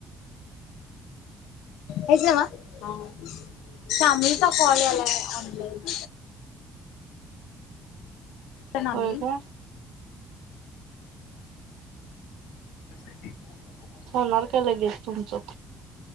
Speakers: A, on the left (about 85°); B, on the right (about 85°).
A: हेच ना म शामलीचा कॉल यालाय ऑनलाइन. हा,
B: होय
A: मी.
B: का
A: <unintelligible>
B: होणार काय लगेच तुमच?